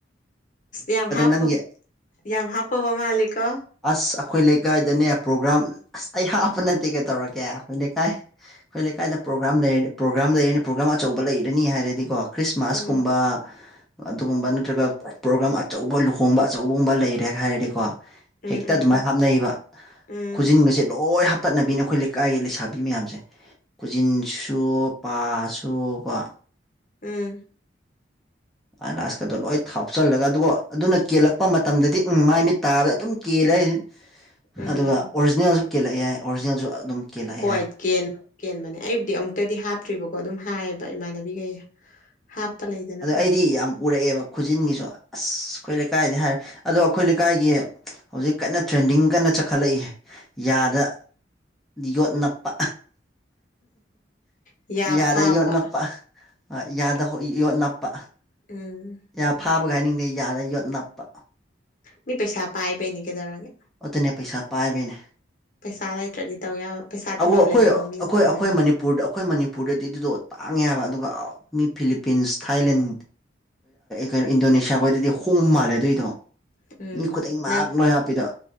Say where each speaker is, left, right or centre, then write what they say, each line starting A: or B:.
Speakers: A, on the left (about 45°); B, in the centre.
A: ꯌꯥꯝ ꯍꯥꯞꯄ
B: ꯅꯪꯒꯤ
A: ꯌꯥꯝ ꯍꯥꯄꯕ ꯃꯥꯂꯤꯀꯣ
B: ꯑꯁ ꯑꯩꯈꯣꯏ ꯂꯩꯀꯥꯏꯗꯅꯦ ꯄ꯭ꯔꯣꯒ꯭ꯔꯥꯝ ꯑꯁ ꯑꯩ ꯍꯥꯞꯄ ꯅꯠꯇꯦ ꯀꯩꯇꯧꯔꯒꯦ ꯑꯩꯈꯣꯏ ꯂꯩꯀꯥꯏ ꯑꯩꯈꯣꯏ ꯂꯩꯀꯥꯏꯗ ꯄ꯭ꯔꯣꯒ꯭ꯔꯥꯝ ꯂꯩꯔꯗꯤ ꯄ꯭ꯔꯣꯒ꯭ꯔꯥꯝ ꯂꯩꯔꯅꯤ ꯄ꯭ꯔꯣꯒ꯭ꯔꯥꯝ ꯑꯆꯧꯕ ꯂꯩꯔꯅꯤ ꯍꯥꯏꯔꯗꯤꯀꯣ ꯈ꯭ꯔꯤꯁꯃꯥꯁ
A: ꯎꯝ
B: ꯀꯨꯝꯕ ꯑꯗꯨꯒꯨꯝꯕ ꯅꯠꯇ꯭ꯔꯒ ꯄ꯭ꯔꯣꯒ꯭ꯔꯥꯝ ꯑꯆꯧꯕ ꯂꯨꯍꯣꯡꯕ ꯑꯆꯧꯕꯒꯨꯝꯕ ꯂꯩꯔꯦ ꯍꯥꯏꯔꯗꯤꯀꯣ
A: ꯎꯝ
B: ꯍꯦꯛꯇ
A: ꯎꯝ
B: ꯑꯗꯨꯃꯥꯏ
A: ꯎꯝ
B: ꯍꯥꯞꯅꯩꯌꯦꯕ
A: ꯎꯝ
B: ꯈꯨꯖꯤꯟꯒꯁꯦ ꯂꯣꯏ ꯇꯠꯅꯕꯤꯅꯦ ꯑꯩꯈꯣꯏ ꯂꯩꯀꯥꯏꯒꯤ ꯂꯩꯁꯥꯕꯤ ꯃꯌꯥꯝꯁꯦ ꯈꯨꯖꯤꯟꯁꯨ ꯄꯥꯁꯨ ꯕ
A: ꯎꯝ
B: ꯑꯥꯏꯂꯥꯁꯀꯗꯣ ꯂꯣꯏ ꯊꯥꯞꯆꯜꯂꯒ ꯑꯗꯨꯒ ꯑꯗꯨꯅ ꯀꯦꯜꯂꯛꯄ ꯃꯇꯝꯗꯗꯤ ꯎꯝ ꯃꯥꯏ ꯃꯤꯠ ꯇꯥꯕꯗ ꯑꯗꯨꯝ ꯀꯦꯜꯂꯦ ꯍꯥꯏ
A: ꯎꯝ
B: ꯑꯗꯨꯒ ꯑꯣꯔꯤꯖꯤꯅꯦꯜꯁꯨ ꯀꯦꯜꯂꯛꯑꯦ ꯍꯥꯏ ꯑꯣꯔꯤꯖꯤꯅꯦꯜꯁꯨ ꯑꯗꯨꯝ ꯀꯦꯜꯂꯛꯑꯦ
A: ꯍꯣꯏ
B: ꯍꯥꯏ
A: ꯀꯦꯟꯕ ꯀꯦꯟꯕꯅꯦ ꯑꯩꯕꯨꯗꯤ ꯑꯃꯨꯛꯇꯗꯤ ꯍꯥꯞꯇ꯭ꯔꯤꯕꯀꯣ ꯑꯗꯨꯝ ꯍꯥꯏꯌꯦꯕ ꯏꯃꯥꯟꯅꯕꯤꯈꯩ ꯍꯥꯞꯄ ꯂꯩꯗꯅꯀꯣ
B: ꯑꯗꯣ ꯑꯩꯗꯤ ꯌꯥꯝ ꯎꯔꯛꯑꯦꯕ ꯈꯨꯖꯤꯟꯒꯤꯁꯨ ꯑꯁ ꯑꯩꯈꯣꯏ ꯂꯩꯀꯥꯏꯗꯤ ꯍꯥꯏꯔ ꯑꯗꯣ ꯑꯩꯈꯣꯏ ꯂꯩꯀꯥꯏꯒꯤ ꯍꯧꯖꯤꯛ ꯀꯟꯅ ꯇ꯭ꯔꯦꯟꯗꯤꯡ ꯀꯟꯅ ꯆꯈꯠꯂꯛꯏ ꯌꯥꯗ ꯌꯣꯠ ꯅꯄ
A: ꯌꯥ
B: ꯌꯥꯗ
A: ꯐꯥꯕ
B: ꯌꯣꯠ ꯅꯞꯄ ꯌꯥꯗ ꯍꯣ ꯌꯣꯠ ꯅꯞꯄ
A: ꯎꯝ
B: ꯌꯥ ꯐꯥꯕꯒ ꯍꯥꯏꯅꯤꯡꯗꯦ ꯌꯥꯗ ꯌꯣꯠ ꯅꯞꯄ
A: ꯃꯤ ꯄꯩꯁꯥ ꯄꯥꯏꯕꯩꯅꯤ ꯀꯩꯗꯧꯔꯒꯦ
B: ꯑꯗꯨꯅꯦ ꯄꯩꯁꯥ ꯄꯥꯏꯕꯩꯅꯦ
A: ꯄꯩꯁꯥ ꯂꯩꯇ꯭ꯔꯗꯤ ꯇꯧ ꯌꯥꯕ ꯄꯩꯁꯥ ꯊꯝꯐꯝ
B: ꯑꯋꫭ ꯑꯩꯈꯣꯏ
A: ꯂꯩꯇꯕ ꯃꯤꯅ ꯇꯧꯖꯔꯤ
B: ꯑꯩꯈꯣꯏ ꯑꯩꯈꯣꯏ ꯃꯅꯤ ꯄꯨꯔꯗ ꯑꯩꯈꯣꯏ ꯃꯅꯤꯄꯨꯔꯗꯗꯤ ꯑꯗꯨꯗꯣ ꯇꯥꯡꯉꯦ ꯍꯥꯏꯕ ꯑꯗꯨꯒ ꯃꯤ ꯐꯤꯂꯤꯄꯤꯟꯁ ꯊꯥꯏꯂꯦꯟ ꯀꯩꯅꯣ ꯏꯟꯗꯣꯅꯦꯁꯤꯌꯥ ꯈꯣꯏꯗꯗꯤ ꯍꯣꯡꯕ ꯃꯥꯜꯂꯦ ꯑꯗꯨꯏꯗꯣ
A: ꯎꯝ
B: ꯃꯤ ꯈꯨꯗꯤꯡꯃꯛ
A: ꯅꯪ
B: ꯂꯣꯏ ꯍꯥꯞꯄꯤꯗ